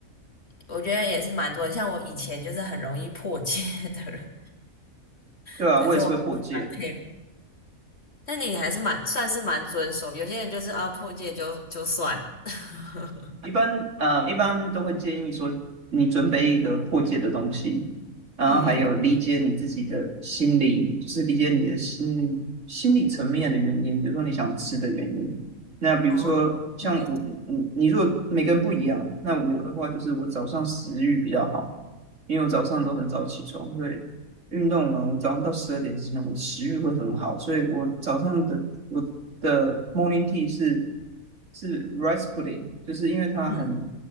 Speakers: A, on the left; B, on the right.
A: 我觉得也是蛮多的像我以前就是很容易破戒 <laughs> 的人，
B: 对啊，
A: <laughs> 可是我是蛮佩服，
B: 我也是会破戒，
A: 但你还是蛮算是蛮遵守，有些人就是啊破戒就就算了，<laughs>
B: 一般呃，一般都会建议说，你准备一个破解的东西，然后还有理解你自己的心理，
A: 嗯，
B: 就是理解你的心心理层面的原因，比如说你想吃的原因。那比如说像我，
A: 哦，嗯
B: 你你如果每个人不一样，那我的话就是我早上食欲比较好，因为我早上都很早起床，
A: 嗯
B: 所以运动完，我早上到十二点之前，我的食欲会很好，所以我早上的我的 morning tea 是是 rice pudding，就是因为它很
A: 嗯，